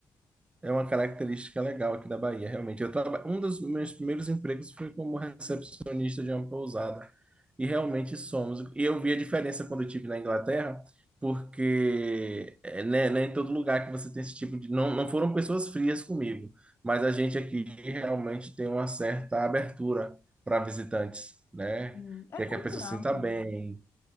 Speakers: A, on the right; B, on the left.
A: É uma característica legal aqui da Bahia, realmente. Eu traba... Um dos meus primeiros empregos foi como recepcionista de uma pousada. E realmente somos. E eu vi a diferença quando eu estive na Inglaterra, porque é, né, não é em todo lugar que você tem esse tipo de. Não, não foram pessoas frias comigo, mas a gente aqui realmente tem uma certa abertura para visitantes, né?
B: Hum, É
A: Quer
B: cultural
A: que a pessoa se sinta
B: também.
A: bem.